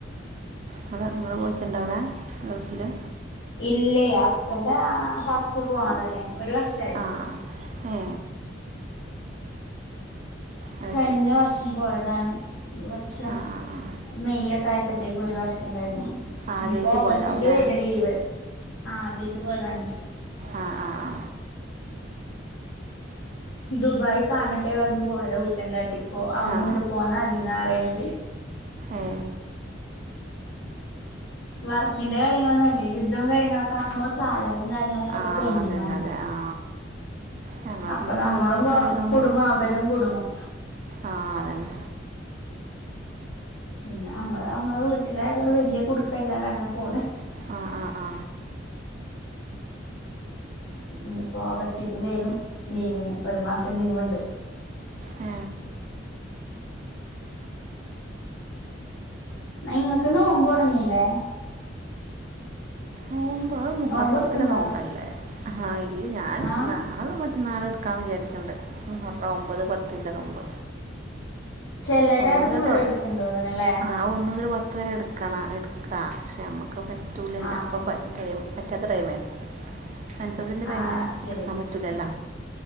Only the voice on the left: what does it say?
ഇല്ലെ ഹസ്ബൻഡാ ഫസ്റ്റ് പോണതല്ലേ ഒരു വർഷയിപ്പോ
കഴിഞ്ഞ
വർഷം പോയതാണ് ഈ വർഷം
മെയ് ഒക്കെ ആയപ്പോത്തേക്ക് ഒരു വർഷം കഴിഞ്ഞു
ഇനിയിപ്പോ ഓഗസ്റ്റക്ക്
വരും ലീവ് ആ ആദ്യായിട്ട് പോയതാണ്
ദുബായി കാണട്ടെ പറഞ്ഞു പോയത ഊറ്റകാട്ടി ഇപ്പോ അവിടെന്ന്ങ്ങട്ട്
പോന്നതീന്നാ പറയുന്നെ
വർക്കിന്റെ കാര്യങ്ങളൊന്നല്ലേ ഇ ഡും കാര്യങ്ങളൊക്കെ ആവുമ്പോ സാലറിം കാര്യങ്ങളൊക്കെപ്പ
ഇപ്പൊ പെന്ഡിങ്ങാണെ
അപ്പൊ
നമ്മളും
കൊ കുടുങ്ങും അവരും കുടുങ്ങും
പിന്നെ നമ്മള് നമ്മളെ വീട്ടിലായതോണ്ട് വല്ല്യ കുടുക്കല്ലാതെങ്ങനെ പോണ്
ഇനിപ്പോ ഓഗസ്റ്റക്ക് വരും ലീവിന് ഒരു മാസം ലീവ്ണ്ട്
ഇങ്ങക്ക് നോമ്പൊട്ങ്ങില്ലേ
നോമ്പ് എടുക്കണ്ടോ
ആഹ്
ചെലര്
അത്
ഫുള്ളടുക്ക്ണ്ട്
തോന്ന്ണല്ലേ
ആഹ്
ആഹ്
ശരി